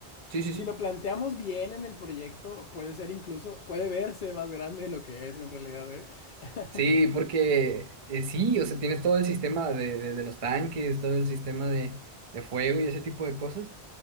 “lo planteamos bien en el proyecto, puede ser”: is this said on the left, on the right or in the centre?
Left